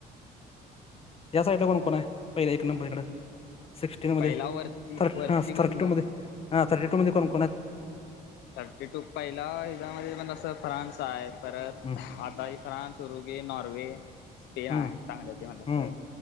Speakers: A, on the left (about 35°); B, on the left (about 80°).
A: या साईडला कोण-कोण आहे? पहिले एक नंबरकडं. सिक्स्टीन मध्ये
B: पहिला वरती
A: थर्ट
B: वरती
A: हा
B: म्हणला
A: थर्टी टू मध्ये, हा थर्टी टू मध्ये कोणकोण आहेत?
B: थर्टी टू पहिला ह्याच्यामध्ये म्हण फ्रान्स आहे. परत
A: हम्म
B: आता ही फ्रान्स, ऋग्वे, नॉर्वे, स्पेन
A: हम्म
B: आहे. चांगल्या ते म्हणलास
A: हम्म
B: तर